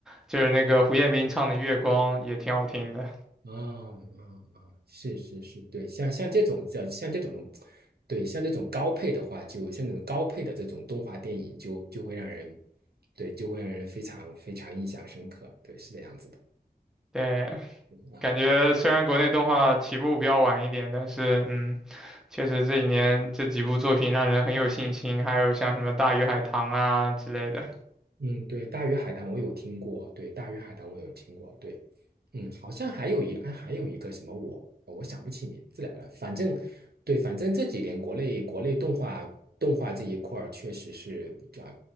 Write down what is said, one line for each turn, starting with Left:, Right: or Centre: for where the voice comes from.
Centre: 就是那个胡彦斌唱的《月光》也挺好听的。
Right: 啊啊啊，是是是，对，像像这种叫像这种，对，像这种高配的话，就像这种高配的这种动画电影就，就会让人，对，就会让人非常非常印象深刻，对，是这样子的。
Centre: 对，
Right: 啊。
Centre: 感觉虽然国内动画起步比较晚一点，但是嗯，确实这几年这几部作品让人很有信心，还有像什么《大鱼海棠》啊之类的，
Right: 嗯，对，大鱼海棠我有听过，对，大鱼海棠我有听过，对，嗯，好像还有一，哎，还有一个什么我，哦我想不起名字来了，反正，对，反正这几年国内国内动画动画这一块儿确实是啊，